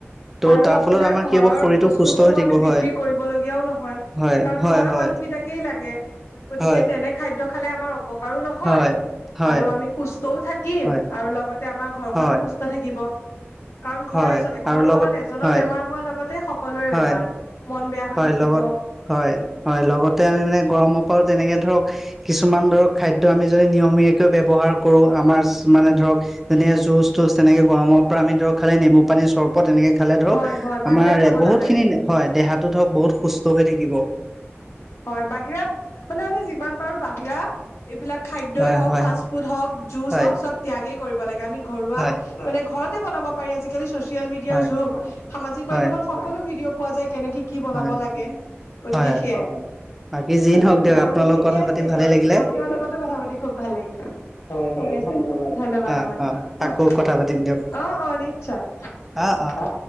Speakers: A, in the centre; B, on the left.
A: ত'
B: আৰু
A: তাৰ
B: আপোনাৰ
A: ফলত আমাৰ কি
B: ঘৰৰ
A: হ'ব শৰীৰটো
B: বস্তু
A: সুস্থ
B: সমূহ
A: হৈ থাকিব
B: আমি বিক্ৰী
A: হয়
B: কৰিবলগীয়াও নহয়।
A: হয়
B: কাৰণ
A: হয়
B: ঘৰৰ
A: হয়
B: মানুহকেইটাকেই লাগে গতিকে
A: হয়
B: তেনে খাদ্য খালে আমাৰ অপকাৰো নহয়
A: হয় হয়
B: আৰু আমি সুস্থও থাকিম
A: হয়
B: আৰু লগতে আমাৰ ঘৰখনো
A: হয়
B: সু স্থ থাকিব। কাৰণ ঘৰ
A: হয়
B: ঘৰখনত
A: আৰু লগত
B: এজনৰ
A: হয়
B: বেমাৰ হোৱাৰ লগতে সকলোৰে
A: হয়
B: বেমাৰ। মন বেয়া হৈ
A: হয়
B: থাকিব।
A: লগত হয়, হয়। লগতে আমি মানে গৰমৰ পৰাও তেনেকে ধৰক। কিছুমান ধৰক খাদ্য আমি যদি নিয়মীয়াকৈ ব্যৱহাৰ কৰোঁ আমাৰ মানে ধৰক। যেনে জুচ তুচ তেনেকে গৰমৰ পৰা আমি ধৰক খালে নেমু। পানীৰ চৰবত এনেকে খালে ধৰক
B: হয় হয় বাহিৰা
A: আমাৰ
B: খাব
A: বহুত
B: নালাগে
A: খিনি হয় দেহাত। ধৰক বহুত সুস্থ হৈ থাকিব।
B: হয় বাহিৰাত আপোনাৰ আমি যিমান পাৰোঁ বাহিৰা এইবিলাক খাদ্যই
A: হয়
B: হওক
A: হয়
B: ফাষ্ট ফুড হওক। জুছ
A: হয়
B: হওক চব ত্যাগে কৰিব লাগে আমি ঘৰুৱা
A: হয়
B: মানে ঘৰতে বনাব পাৰি আজিকালি চচিয়েল মিডিয়াৰ
A: হয়
B: যুগ সামাজিক
A: হয়
B: মাধ্যমত সকলো ভিডিঅ' পোৱা যায় কেনেকে কি বনাব
A: হয়
B: লাগে গতিকে
A: হয়
B: সেইয়াই।
A: বাকী যি
B: বাৰু
A: নহওক দিয়ক আপোনাৰ
B: ঠিকে
A: লগত কথা
B: আছে
A: পাতি ভালে
B: দিয়ক
A: লাগিলে
B: আপোনাৰ লগতো কথা পাতি খুব ভাল লাগিলে। হয়, হয় ধন্যবাদ। ধন্যবাদ
A: অ
B: হ'ব দিয়ক।
A: অ আকৌ কথা পাতিম দিয়ক
B: অ, অ নিশ্চয়।
A: অ', অ'।
B: হা